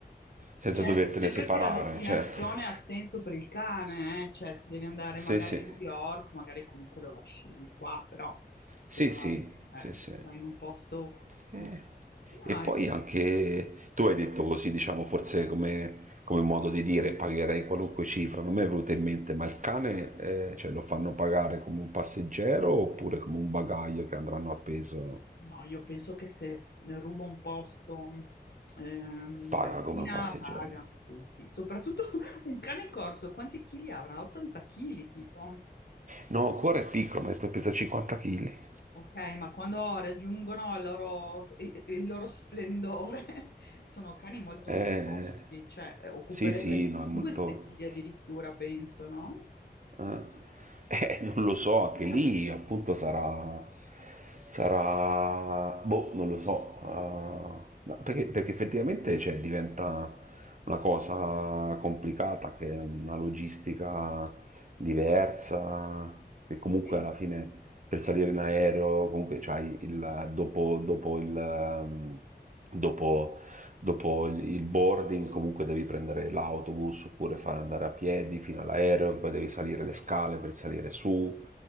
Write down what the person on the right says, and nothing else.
senza
dovertene
separare,
certo.
Sì,
sì.
Sì,
sì,
sì, sì.
Eh,
E poi
anche tu hai detto così, diciamo, forse come, come modo di dire, pagherei qualunque cifra. Non mi è venuto in mente, ma il cane, eh, cioè, lo fanno pagare come un passeggero oppure come un bagaglio che andranno appeso?
Paga
come un passeggero.
No, ancora è piccolo, mi ha detto pesa 50 kg.
Eh,
sì, sì, no, è molto...
eh, Eh, non lo so, anche
lì appunto sarà... sarà... boh, non lo so. ah, no, perché, perché effettivamente cioè, diventa una cosa complicata, che è una logistica diversa, che comunque
alla fine per salire in aereo, comunque c'hai il, dopo, dopo il... ehm, dopo, dopo il il boarding comunque devi prendere l'autobus oppure fare andare a piedi fino all'aereo, poi devi salire le scale per salire su,